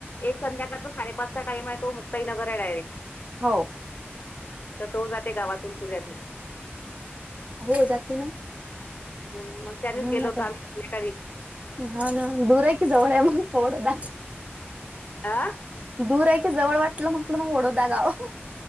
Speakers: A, on the left (about 45°); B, on the right (about 30°).
A: एक संध्याकाळचा साडेपाचचा टाइम हाय, तो मुक्ताईनगर आहे डायरेक्ट.
B: हो
A: तर तो जाते, गावातून कुऱ्यातून.
B: हो जाते ना
A: हम्, मग त्यानेच
B: हम्म
A: गेलो
B: आता
A: होतो आम्ही संध्याकाळी.
B: हा ना दूर आहे कि जवळ आहे मग <unintelligible> ना.
A: आ.
B: दूर आहे की जवळ वाटलं म्हटलं मग बडोदा गाव?